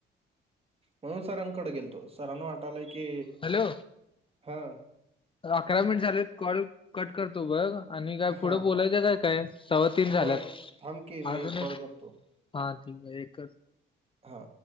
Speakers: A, on the right; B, on the left.
A: म्हणून सरांकडे गेलतो सरांणा वाटालय की
B: हॅलो
A: हां.
B: अकरा मिनिट झालेत कॉल कट करतो बघ आणि काय पुढं
A: हा
B: बोलायचं काय काय? तवा तीन झाल्यात
A: होय थांब की मी
B: अजून
A: कॉल
B: एक
A: करतो
B: हा ठीक एकच
A: हा.